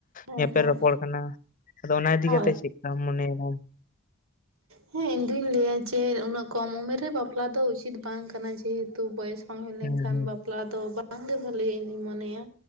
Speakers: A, on the right (about 85°); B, on the left (about 40°).
A: ᱦᱮᱸ
B: ᱧᱮᱯᱮᱞ
A: ᱦᱮᱸ
B: ᱨᱚᱯᱚᱲ ᱠᱟᱱᱟ ᱟᱫᱚ ᱚᱱᱟ ᱤᱫᱤ
A: ᱦᱳᱭ
B: ᱠᱟᱛᱮ ᱪᱮᱫ ᱞᱮᱠᱟᱢ ᱢᱚᱱᱮᱭᱟ
A: ᱦᱮᱸ ᱤᱧ ᱫᱩᱧ ᱞᱟᱹᱭᱟ ᱡᱮ ᱩᱱᱟᱹᱜ ᱠᱚᱢ ᱩᱢᱮᱨ ᱨᱮ ᱵᱟᱯᱞᱟ ᱫᱚ ᱩᱪᱤᱛ ᱵᱟᱝ ᱠᱟᱱᱟ ᱡᱮᱦᱮᱛᱩ ᱵᱚᱭᱮᱥ ᱵᱟᱝ ᱦᱩᱭ ᱞᱮᱱᱠᱷᱟᱱ
B: ᱦᱩᱸ
A: ᱵᱟᱯᱞᱟ ᱫᱚ ᱵᱟᱝᱜᱮ ᱵᱷᱟᱹᱞᱮ ᱤᱧᱫᱩᱧ ᱢᱚᱱᱮᱭᱟ